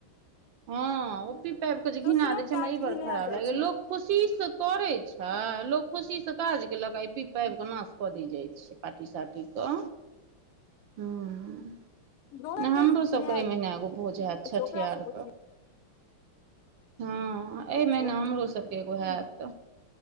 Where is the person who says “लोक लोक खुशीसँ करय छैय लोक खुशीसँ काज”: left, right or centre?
Right